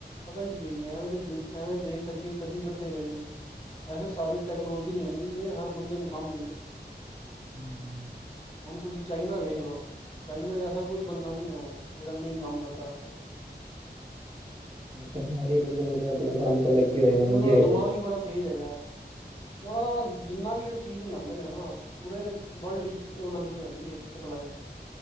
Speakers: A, on the left (about 30°); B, on the right (about 30°).
A: ਪਤਾ ਕੀ ਹੈ ਐਵੇਂ ਐਵੇਂ ਦੇਸ਼ ਅੱਗੇ ਕਦੀ ਵੱਧੇ ਗਏ ਇਸੇ ਹਿਸਾਬ ਦੀ ਟੈਕਨੋਲੋਜੀ ਨਹੀਂ ਆਉਣੀ ਚਾਹੀਦੀ ਹਰ ਬੰਦੇ ਨੂੰ ਕੰਮ ਮਿਲੇ
B: ਹਮ
A: ਹੁਣ ਤੁਸੀਂ ਚਾਈਨਾ ਵੇਖ ਲਓ ਚਾਈਨਾ ਐਸਾ ਕੋਈ ਬੰਦਾ ਨਹੀਂ ਆਆ ਜਿਹੜਾ ਨਹੀਂ ਕੰਮ ਕਰਦਾ ਹੈ <inaudible>
B: ਸਾਰੇ ਬੰਦੇ ਮਤਲਬ ਆਪਣੇ ਕੰਮ ਤੇ ਲੱਗੇ ਹੋਏ
A: ਕਿਉਂਕਿ
B: ਨੇ ਉਲਝੇ
A: ਉਹਨਾਂ ਦਾ
B: ਹੋਏ
A: ਦਿਮਾਗ
B: ਨੇ।
A: ਹੀ ਬੜਾ ਤੇਜ਼ ਹੈਗਾ ਯ ਉਹ ਦਾ ਜਿੰਨਾ ਵੀ ਉਹ ਚੀਜ਼ ਬਨਾਦੇ ਨੇ ਨਾ ਪੂਰੇ ਵਰਲਡ ਵਿੱਚ ਉਹਨਾਂ ਦੀ ਹੈਗੀ ਹੈ ਸਪਲਾਈ